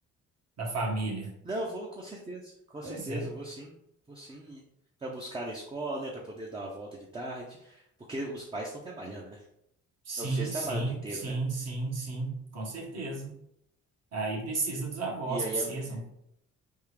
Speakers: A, on the right; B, on the right.
A: Da família.
B: Não, vou com certeza. Com
A: Pois
B: certeza,
A: é.
B: vou sim. Vou sim. para buscar na escola, né? para poder dar uma volta de tarde. Porque os pais estão trabalhando, né?
A: Sim,
B: Vocês trabalham
A: sim,
B: o dia inteiro,
A: sim,
B: né?
A: sim, sim, com certeza. Aí precisa dos avós,
B: E aí
A: precisam.
B: é, É.